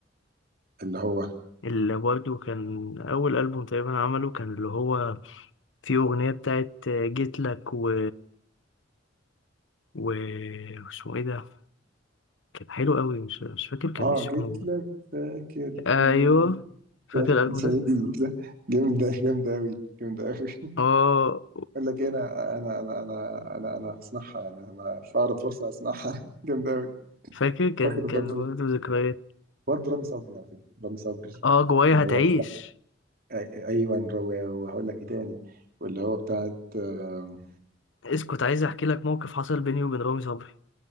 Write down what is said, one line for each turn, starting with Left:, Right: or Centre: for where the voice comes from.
Right: اللي هو
Left: اللي برضو كان أول ألبوم تقريبا عمله كان اللي هو فيه أغنية بتاعت جيت لك و... و... اسمه إيه ده كان حلو قوي مش مش فاكر كان
Right: آه
Left: اسمه
Right: جيت لك فاكر
Left: أيوه
Right: إن
Left: فاكر الألبوم
Right: جامدة
Left: ده
Right: <laughs> جامدة جامدة أوي جامدة أوي <laughs>
Left: اه
Right: أقول لك إيه، أنا أنا أنا أنا أنا أنا هصنعها يعني أنا في أقرب فرصة هصنعها <laughs> جامدة أوي
Left: فاكر كان
Right: فاكر
Left: كان
Right: برضه
Left: برضو ذكريات
Right: برضه رامي صبري على فكرة رامي صبري
Left: اه جوايا
Right: اللي
Left: هتعيش
Right: هي أي- ايوه رو- وهقول لك ايه تاني واللي هو بتاعت آم،
Left: اسكت عايز احكي لك موقف حصل بيني وبين رامي صبري